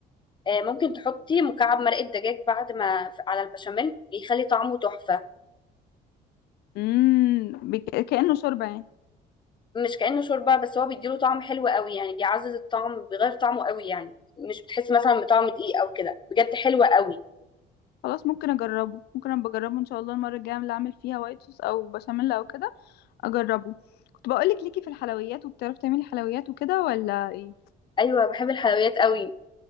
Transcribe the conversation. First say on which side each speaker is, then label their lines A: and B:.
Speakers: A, on the left; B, on the left.
A: آه، ممكن تحطي مكعب مرقه دجاج بعد ما ف- على البشاميل بيخلي طعمه تحفه
B: امم بك... كانه شوربه يعني
A: مش كأنه شوربه بس هو بيديله طعم حلو قوي يعني بيعزز الطعم بيغير طعمه قوي يعني مش بتحسي مثلا بطعم دقيق او كده بجد حلوه قوي
B: خلاص ممكن اجربه ممكن ابقى اجربه ان شاء الله المره الجايه اللي اعمل فيها وايت صوص او بشاميل او كده اجربه كنت بقول لك ليكي في الحلويات وبتعرفي تعملي حلويات وكده ولا ايه
A: ايوه بحب الحلويات قوي